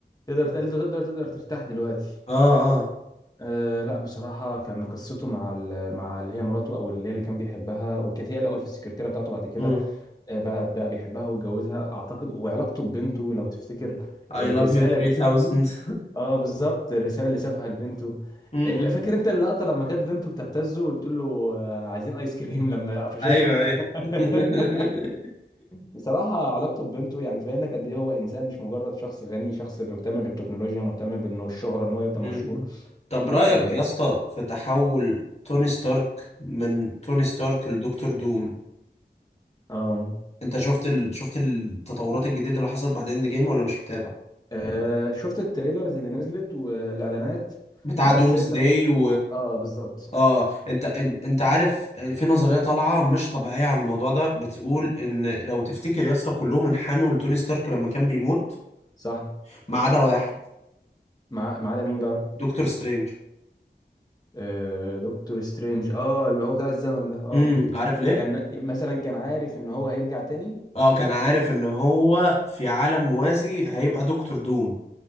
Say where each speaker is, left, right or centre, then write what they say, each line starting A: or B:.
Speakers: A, on the left; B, on the left.
A: تقدر تقدر تقدر تقدر ترتاح دلوقتي
B: اه اه
A: أه لا بصراحة كان قصته مع ال- مع اللي هي مراته أو اللي هي اللي كان بيحبها وكانت هي الأول في السكرتيرة بتاعته بعد كده
B: مم.
A: آه، بقى بقى بيحبها واتجوزها أعتقد وعلاقته ببنته لو تفتكر
B: I
A: الرسالة
B: love you 3000
A: اللي سابها اه بالظبط الرسالة اللي سابها لبنته
B: <laughs>
A: آه، لا فاكر أنت اللقطة لما كانت بنته بتبتزه وبتقول له آه، عايزين آيس كريم لما قفشته
B: ايوه ايوه <laughs>
A: <laughs> بصراحة علاقته ببنته يعني تبين لك قد إيه هو إنسان مش مجرد شخص غني شخص بيهتم بالتكنولوجيا مهتم بإنه الشهرة إن هو يفضل
B: م-م.
A: مشهور
B: طب رأيك
A: اه
B: يا اسطى في تحول توني ستارك من توني ستارك لدكتور دوم
A: آه.
B: انت شفت ال... شفت التطورات الجديدة اللي حصلت بعد اند جيم ولا مش متابع
A: آه شفت التريلرز اللي نزلت والاعلانات
B: بتاع
A: بس
B: دومز
A: لسه
B: داي
A: ما شفت-
B: و
A: اه بالظبط
B: اه انت ان- انت عارف في نظرية طالعة مش طبيعية عن الموضوع ده بتقول ان لو تفتكر يا اسطى كلهم انحنوا لتوني ستارك لما كان بيموت
A: صح
B: ما عدا واحد
A: مع ما عدا مين بقى
B: دكتور سترينج
A: آه دكتور سترينج اه اللي هو بتاع الزمن ده اه
B: امم عارف ليه
A: كان مثلا كان عارف ان هو هيرجع تاني
B: اه كان عارف ان هو في عالم موازي هيبقى دكتور دوم